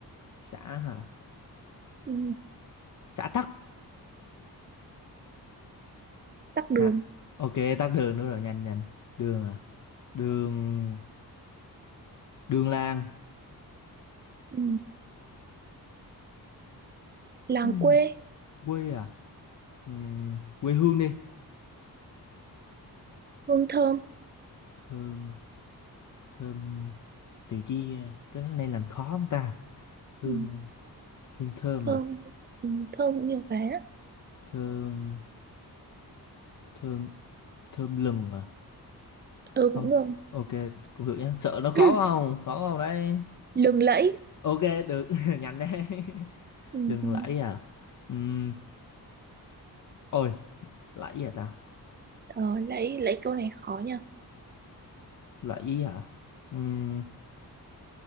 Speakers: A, on the left (about 50°); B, on the right (about 25°).
A: Xã hả?
B: ừ.
A: Xã Tắc.
B: tắc đường
A: Nè. Ok, tắc đường nữa rồi. Nhanh, nhanh. Đường à? Đường... Đường làng.
B: ừ. làng
A: Ừm,
B: quê
A: quê à? Ừm, quê hương đi.
B: hương thơm
A: Thơm... Thơm... Từ chi... à? Cái này làm khó không ta? hương
B: ừ.
A: hương thơm
B: thơm
A: à
B: ừ, thơm cũng nhiều cái á
A: thơm thơm thơm lừng à
B: ừ
A: không
B: cũng được
A: ok cũng được nhá sợ nó khó
B: <clears throat>
A: không khó không đấy
B: lừng lẫy
A: ok được <laughs> nhanh đấy <laughs>
B: ừ,
A: lừng
B: ừ.
A: lẫy à Ừm, ôi lẫy à ta
B: ờ, lẫy lẫy câu này khó nha
A: lẫy à Ừm,